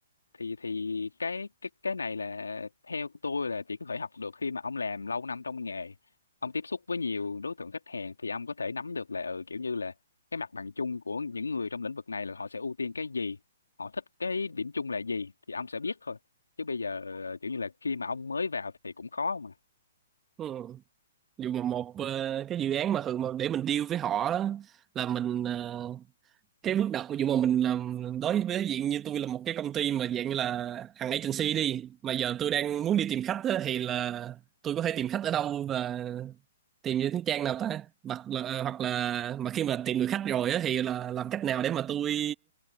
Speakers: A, on the left; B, on the right.
A: thì thì cái cái cái này là theo tôi là chỉ có thể học được khi mà ông làm lâu năm trong nghề ông tiếp xúc với nhiều đối tượng khách hàng thì ông có thể nắm được là ừ, kiểu như là cái mặt bằng chung của những người trong lĩnh vực này là họ sẽ ưu tiên cái gì họ thích cái điểm chung là gì thì ông sẽ biết thôi chứ bây giờ ờ, kiểu như là khi mà ông mới vào thì cũng khó mà
B: ừ. dù mà một ờ, cái dự án mà thường mà để mình deal với họ á, là mình ờ, cái bước đầu của dụ mà mình làm đối với diện như tôi là một cái công ty mà dạng như là hàng agency đi mà giờ tôi đang muốn đi tìm khách á, thì là tôi có thể tìm khách ở đâu và tìm những trang nào ta hoặc là à, hoặc là mà khi mà tìm được khách rồi á, thì là làm cách nào để mà tôi